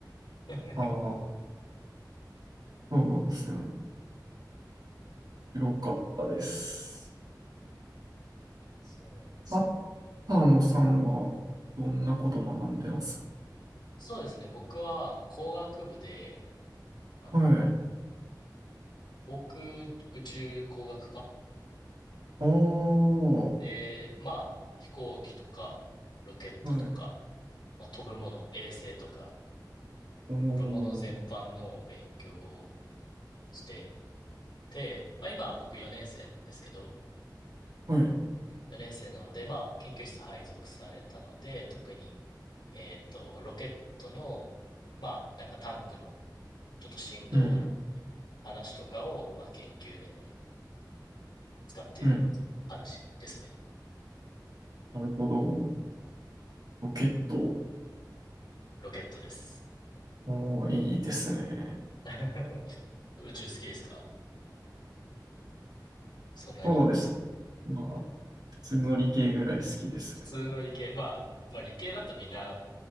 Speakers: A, on the left; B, on the right.
A: <laughs>
B: ああ、そうですよね。黒かったです。
A: そうなんだ。
B: あったのさんは、どんなこと学んでます
A: そうですね。僕は工学部で、あの、
B: はい。
A: 航空宇宙工学科
B: ああ、は
A: で、まあ、飛行機とか、ロケットとか、
B: い。
A: まあ、飛ぶもの、衛星とか、
B: おー、
A: 飛ぶもの全般の勉強をしてて、まあ、今僕4年生なんですけど、
B: はい。
A: 4年生なので、まあ、研究室配属されたので、特に、えーっと、ロケットの、まあ、なんかタンクの、ちょっと振動の
B: うん、
A: 話とかを、まあ、研究で使ってる感じですね。
B: うん。なるほど。ロケット。
A: ロケットです。
B: おー、いいですね。
A: <laughs> 宇宙好きですかそんなに
B: そうです。まあ、普通の理系ぐらい好きですね。
A: 普通の理系、まあ、まあ理系だとみんな好